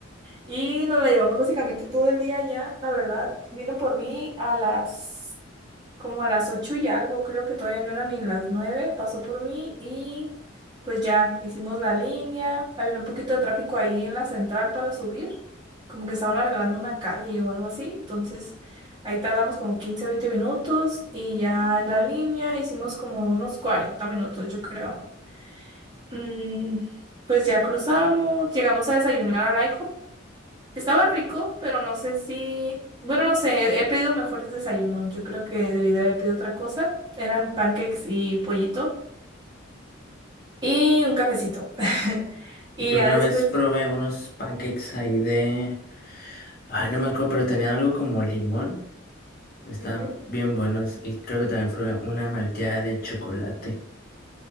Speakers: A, on the right; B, on the left.
A: y nos la llevamos básicamente todo el día allá, la verdad. Vino por mí a las como a las ocho y algo, creo que todavía no eran ni las nueve, pasó por mí y pues ya hicimos la línea. Había un poquito de tráfico ahí en la central para subir, como que estaban arreglando una calle o algo así. Entonces ahí tardamos como 15 20 minutos y ya en la línea hicimos como unos 40 minutos, yo creo. Mm, pues ya cruzamos, llegamos a desayunar al IHOP estaba rico, pero no sé si... Bueno, no sé, he pedido mejores desayunos. Yo creo que debí de haber pedido otra cosa. Eran pancakes y pollito y un cafecito. <laughs> Y
B: Yo
A: ya
B: una
A: después...
B: vez probé unos pancakes ahí de... Ay, no me acuerdo, pero tenían algo como limón. Estaban
A: ujú,
B: bien buenos y creo que también probé una malteada de chocolate